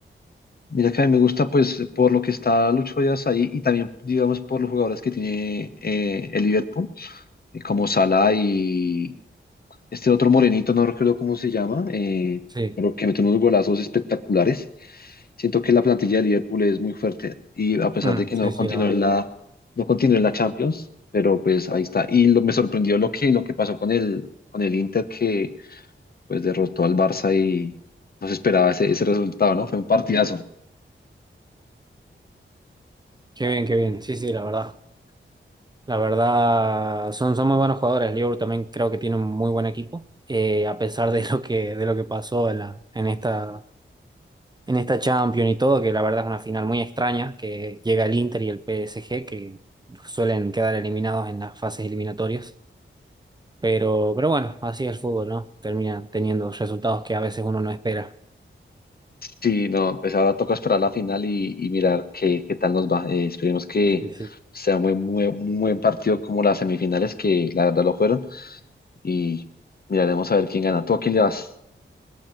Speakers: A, on the left; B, on the right.
A: Mira que a mí me gusta pues por lo que está Lucho Díaz ahí y también digamos por los jugadores que tiene eh, el Liverpool, eh, como Salah y, este otro morenito, no recuerdo cómo se llama, eh,
B: Sí,
A: pero que mete unos golazos espectaculares. Siento que la plantilla de Liverpool es muy fuerte y a pesar
B: Mm,
A: de que
B: sí,
A: no
B: sí,
A: continuó
B: la verdad.
A: en la, no continuó en la Champions, pero pues ahí está. Y lo, me sorprendió lo que, lo que pasó con el, con el Inter que pues derrotó al Barça y no se esperaba ese, ese resultado, ¿no? Fue un partidazo.
B: Qué bien, qué bien. Sí, sí, la verdad. La verdad, son, son muy buenos jugadores. Liverpool también creo que tiene un muy buen equipo. Eh, a pesar de lo que, de lo que pasó en la, en esta, en esta Champions y todo, que la verdad es una final muy extraña, que llega el Inter y el PSG, que suelen quedar eliminados en las fases eliminatorias. Pero, pero bueno, así es el fútbol, ¿no? Termina teniendo resultados que a veces uno no espera.
A: Sí, no, pues ahora toca esperar la final y, y mirar qué, qué tal nos va. Eh, esperemos que
B: sí sí
A: sea un buen, muy- un buen partido como las semifinales, que la verdad lo fueron, y miraremos a ver quién gana. ¿Tú a quién le vas?